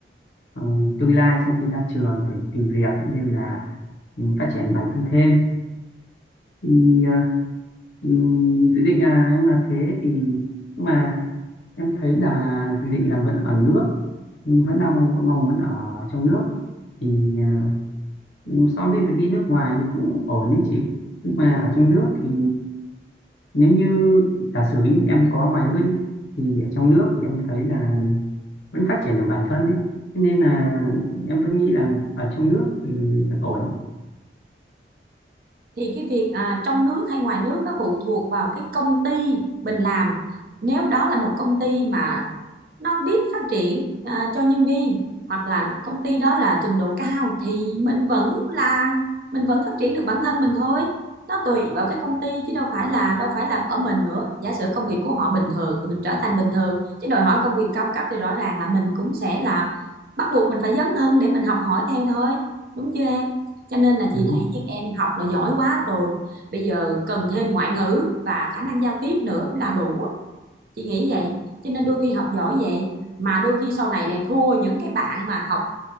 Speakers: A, on the left; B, on the right.
A: ừ, tương lai sau khi ra trường để tìm việc cũng như là ừ, phát triển bản thân thêm thì ờ, ừ, dự định là em là thế thì nhưng mà em thấy là dự định là vẫn ở nước nhưng vẫn đang có mong muốn ở trong nước thì ờ, ừ, so với việc đi nước ngoài thì cũng ổn đấy chị nhưng mà ở trong nước thì nếu như giả sử như em có ngoại ngữ đi thì ở trong nước thì em thấy là vẫn phát triển được bản thân đấy Thế nên là em vẫn nghĩ là ở trong nước thì vẫn ổn
B: thì cái việc à, trong nước hay ngoài nước nó phụ thuộc vào cái công ty mình làm nếu đó là một công ty mà nó biết phát triển à, cho nhân viên hoặc là công ty đó là trình độ cao thì mình vẫn là mình vẫn phát triển được bản thân mình thôi nó tùy vào cái công ty chứ đâu phải là đâu phải là ở mình nữa giả sử công việc của họ bình thường thì mình trở thành bình thường chứ đòi hỏi công việc cao cấp thì rõ ràng là mình cũng sẽ là bắt buộc mình phải dấn thân để mình học hỏi theo thôi đúng chưa em cho nên là chị
A: đúng không
B: nhưng em học là giỏi quá rồi bây giờ cần thêm ngoại ngữ và khả năng giao tiếp nữa là đủ chị nghĩ vậy cho nên đôi khi học giỏi vậy mà đôi khi sau này lại thua những cái bạn mà học